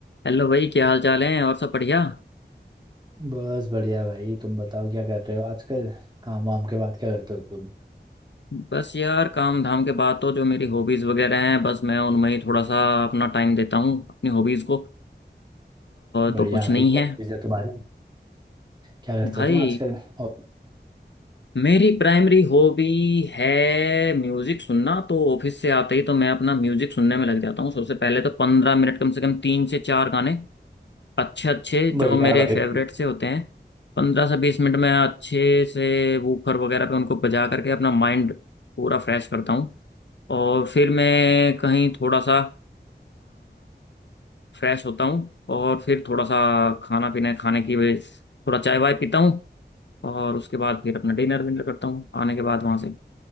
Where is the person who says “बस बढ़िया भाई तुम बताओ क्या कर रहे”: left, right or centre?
Right